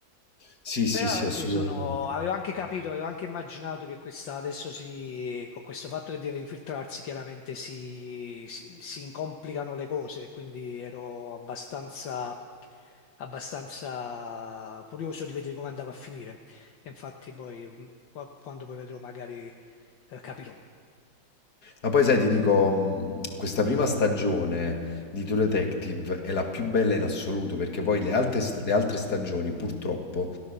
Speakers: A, on the left; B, on the left.
A: sì, sì,
B: Però
A: sì,
B: sì,
A: assolutamente.
B: sono, avevo anche capito, avevo anche immaginato che questa adesso si, con questo fatto che deve infiltrarsi, chiaramente si, si, si incomplicano le cose, quindi ero abbastanza, abbastanza curioso di vedere come andava a finire. E infatti poi, mh, qua- quando poi vedrò, magari eh, capirò.
A: Ma poi sai, ti dico, mh, questa prima stagione di True Detective è la più bella in assoluto, perché poi le altre, st- le altre stagioni, purtroppo,